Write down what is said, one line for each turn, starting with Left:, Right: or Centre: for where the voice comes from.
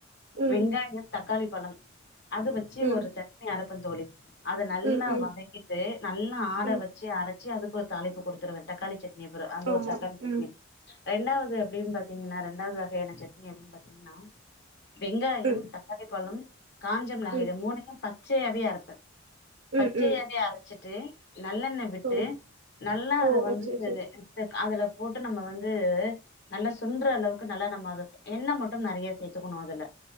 Right: ம்
Left: வெங்காயோ தக்காளி பழம் அது வச்சு
Right: ம்
Left: ஒரு சட்னி அரப்பந்தோழி அத நல்லா
Right: ம் ம்
Left: வதக்கிட்டு நல்லா ஆற
Right: ம்
Left: வச் ச்சு அரச்சி அதுக்கு ஒரு தாளிப்பு கொடுத்துருவே தக்காளி சட்னிபி ற அந்த
Right: ஆமா
Left: ஒரு தக்காளி சட்னி
Right: ம்
Left: ரெண்டாவது எப்டின்னு பாத்தீங்கன்னா ரெண்டாவ்து வகையான சட்னி அப்டின்னு பாத்தீங்கன்னா வெங்காயோ
Right: ம்
Left: தக்காளி பழம் காஞ்ச மிளகா
Right: ம்
Left: இத மூனையு பச்சையாவே அரப்பே
Right: ம்
Left: பச்சயாவே
Right: ம்
Left: அரச்சிட்டு நல்லெண்ண விட்டு
Right: ஓ
Left: நல்லா
Right: ஓ
Left: அத வந்து
Right: ஓ சேரி சேரி
Left: அதுல போட்டு நம்ம வந்து நல்லா சுண்ட்ற அளவுக்கு நல்லா நம்ம அத என்ன மட்டும் நிறைய சேத்துக்கணு அதுல